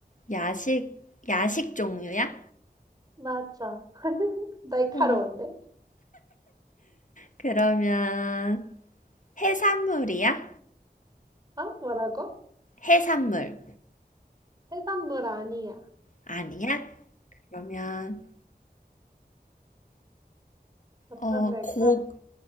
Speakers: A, on the left; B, on the right.
A: 야식, 야식 종류야?
B: 맞아. 날카로운데?
A: 어, 그러면 해산물이야?
B: 어? 뭐라고?
A: 해산물
B: 해산물 아니야.
A: 아니야? 그러면
B: 어떤
A: 어,
B: 걸까?
A: 고